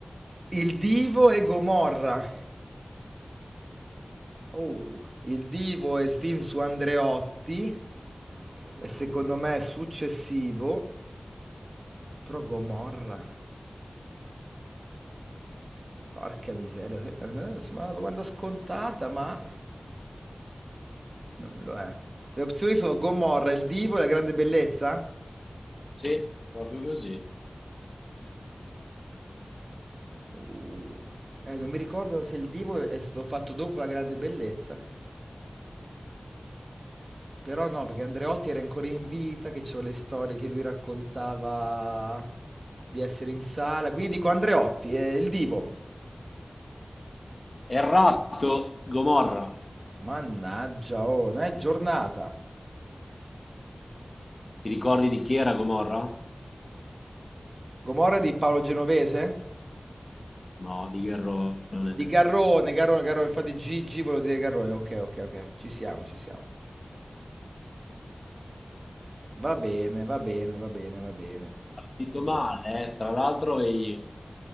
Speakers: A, on the right (about 55°); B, on the left (about 55°).
A: Il Divo e Gomorra. Oh, il Divo è il film su Andreotti e secondo me è successivo, però Gomorra. Porca miseria, che- eh, eh, sembra una domanda scontata, ma non lo è. Le opzioni sono Gomorra, il divo e la grande bellezza?
B: Sì, proprio così.
A: Uh, eh, non mi ricordo se il divo è stato fatto dopo la grande bellezza, però no, perché Andreotti era ancora in vita, che ci sono le storie che lui raccontava di essere in sala, quindi dico Andreotti, è il divo.
B: Errato, Gomorra.
A: Mannaggia, oh, non è giornata.
B: Ti ricordi di chi era Gomorra?
A: Gomorra di Paolo Genovese?
B: No, di Gherrone.
A: Di Garrone, Garrone, Garrone, infatti Gigi volevo dire Garrone, ok, ok, ok, ci siamo, ci siamo. Va bene, va bene, va bene, va bene.
B: Partito male, eh. Tra l'altro avevi